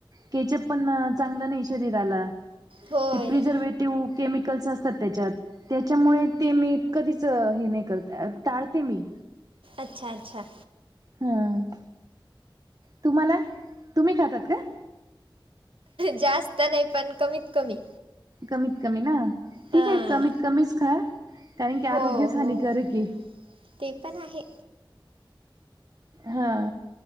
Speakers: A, on the right; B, on the right.
A: केचप पण चांगलं नाही शरीराला
B: होय
A: ते प्रिझर्वेटिव्ह केमिकल्स असतात त्याच्यात त्याच्यामुळे ते मी कधीच हे नाही करत टाळते मी
B: अच्छा अच्छा
A: हम्म तुम्हाला तुम्ही खातात का
B: जास्त नाही पण कमीत कमी
A: कमीत कमी ना ठीक
B: हां
A: आहे कमीत कमीच खा कारण की
B: हो
A: आरोग्यचहानी
B: हो
A: कर की
B: ते पण आहे
A: हा